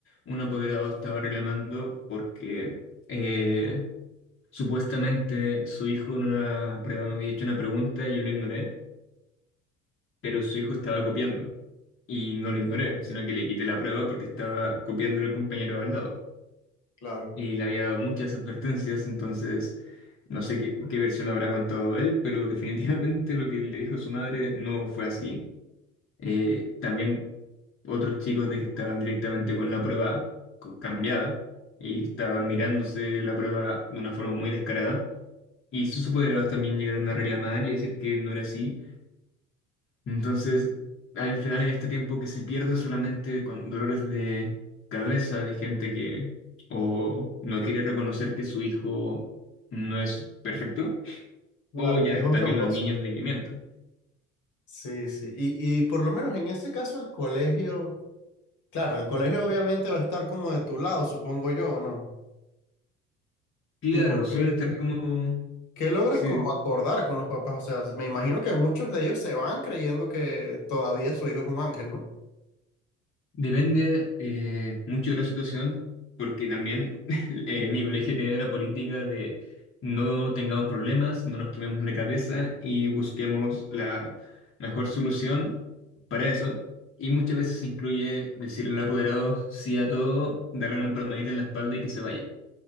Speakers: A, on the left; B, on the left.
A: un apoderado estaba reclamando porque... eh, Supuestamente su hijo en una prueba me había hecho una pregunta y yo lo ignoré, pero su hijo estaba copiando. Y no lo ignoré,
B: ok,
A: sino que le quité la prueba porque estaba copiando al compañero de al lado.
B: claro.
A: Y le había dado muchas advertencias, entonces no sé qué, qué versión habrá contado él, pero <laughs> definitivamente lo que le dijo su madre no fue así. Eh, también otros chicos de que estaban directamente con la prueba co- cambiada y estaban mirándose la prueba de una forma muy descarada Y sus superados también llegaron a reclamar y a decir que no era así. Entonces, al final hay este tiempo que se pierde solamente con dolores de cabeza de gente que o no quiere reconocer que su hijo no es perfecto,
B: Claro,
A: o ya
B: que es un
A: también
B: tramposo.
A: los niños de que mienten.
B: Sí, sí. Y, y por lo menos en ese caso el colegio... Claro, el colegio obviamente va a estar como de tu lado, supongo yo, ¿o ¿no?
A: Claro,
B: Tipo,
A: suelen
B: ¿qué,
A: estar
B: qué-
A: como
B: qué logras
A: sí,
B: como acordar con los papás? O sea, me imagino que muchos de ellos se van creyendo que todavía su hijo es un ángel, ¿no?
A: Depende eh, mucho de la situación, porque también <laughs> eh, mi colegio tiene la política de no tengamos problemas, no nos quememos la cabeza y busquemos la mejor solución para eso. Y muchas veces incluye decirle al apoderado sí a todo, darle una palmadita en la espalda y que se vaya.